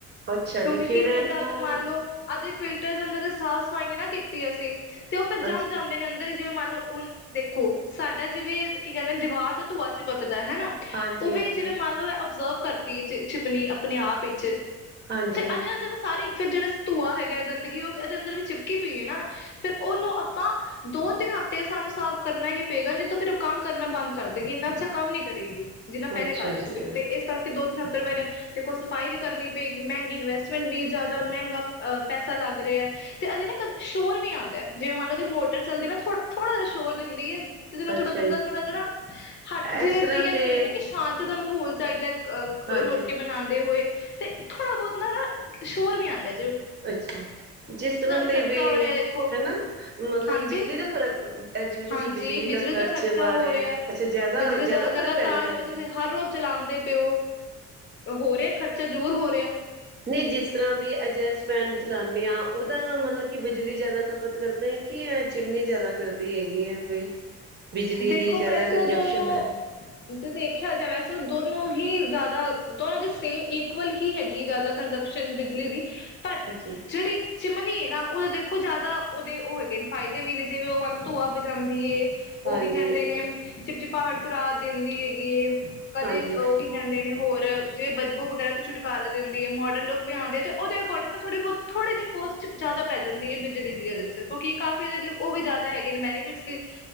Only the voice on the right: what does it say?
ਅੱਛਾ
ਜੀ
ਫਿਰ
ਇਹਨੂੰ
ਅੱਛਾ
ਹਾਂਜੀ
ਹਾਂਜੀ
ਹਾਂਜੀ
ਅੱਛਾ
ਜੀ
ਅੱਛਾ
ਜੀ
ਇਸ ਤਰ੍ਹਾਂ
ਤੇ
ਹਾਂਜੀ
ਅੱਛਾ ਜਿਸ ਤਰ੍ਹਾਂ
ਤੇ ਵੀ
ਹਨਾ ਮਤਲਬ
ਕਿ ਬਿਜਲੀ ਦਾ ਫ਼ਰਕ ਜਿਵੇਂ ਤੁਸੀਂ
ਖਰਚ
ਬਾਰੇ
ਅੱਛਾ ਜ਼ਿਆਦਾ
ਜ਼ਿਆਦਾ
ਫ਼ਰਕ
ਪੈਂਦਾ
ਹੈਗਾ
ਨਹੀ ਜਿਸ ਤਰ੍ਹਾਂ ਵੀ ਅਜੇਸ ਫੈਨ ਚਲਾਉਦੇ ਹਾਂ ਉਹ ਤਾਂ ਮਤਲਬ ਕਿ ਬਿਜਲੀ ਜ਼ਿਆਦਾ ਖਪਤ ਕਰਦੇ ਕੀ ਚਿਮਨੀ ਜ਼ਿਆਦਾ ਕਰਦੀ ਹੈਗੀ ਹੈ ਬਈ? ਬਿਜਲੀ
ਦੀ ਜ਼ਿਆਦਾ
ਕੰਜਪਸ਼ਨ
ਹੈ
ਅੱਛਾ
ਹਾਂਜੀ
ਹਾਂਜੀ
ਅੱਛਾ।